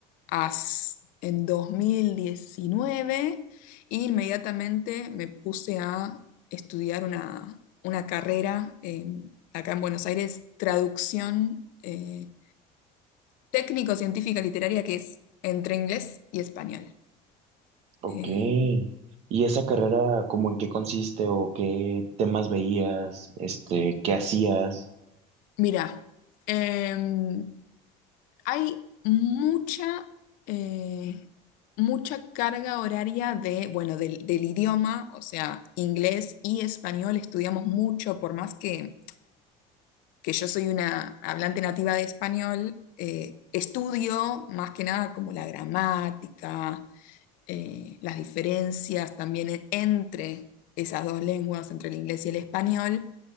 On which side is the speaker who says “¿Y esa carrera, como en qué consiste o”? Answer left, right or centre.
Right